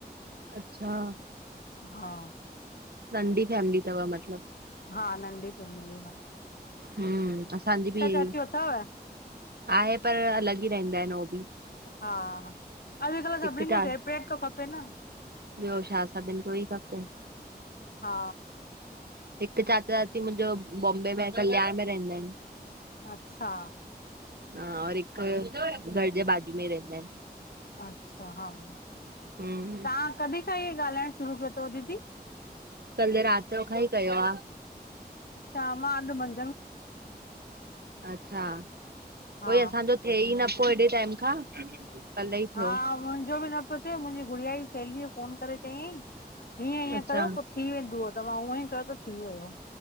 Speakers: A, on the right; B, on the left.
A: अच्छा
B: हा
A: नंढी फैमिली तव मतलब?
B: हा नंढी फैमिली आ।
A: हम्म असांजी बि इहे
B: चाचियूं
A: ई
B: अथव
A: आहे पर अलग ई रहंदा आहिन उ बि।
B: हा अॼुकल्ह
A: हिक
B: सभिनीनि
A: चार
B: खे सेपरेट थो खपे न
A: ॿियो छा सभिन खे ई खपे।
B: हा
A: हिक चाचा चाची मुंहिंजो बॉम्बे में कल्याण में रहंदा आहिन।
B: अच्छा
A: हा और हिक घर जे बाजू में ई रहंदा आहिन।
B: अच्छा हा तव्हां
A: आहिन।
B: कॾहिं खां इहे ॻाल्हाइण शुरू कयो तव दीदी?
A: कल रात खां ई कयो आ।
B: शामा अल मंद
A: अच्छा
B: हा
A: कोई असांजो थए ई न पो हेॾे टाइम खां। कल्ह ई थियो।
B: हा मुंहिंजो बि न पियो थिए मुंहिंजी गुड़िया जी सेलीअ फोन करे चयई। हीअं हीअं
A: अच्छा
B: कयो पो थी वेंदव त मा हूअं ई कयो त थी वियो।